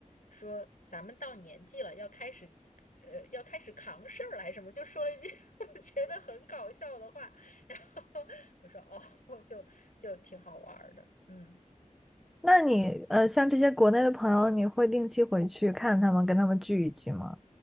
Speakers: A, on the left; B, in the centre.
A: 说咱们到年纪了，要开始。呃，要开始扛事儿来什么，就说了一句 <laughs> 我觉得很搞笑的话，然后我说哦，<laughs> 就就挺好玩儿的，嗯，
B: 那你呃，像这些国内的朋友，你会定期回去看他们，跟他们聚一聚吗？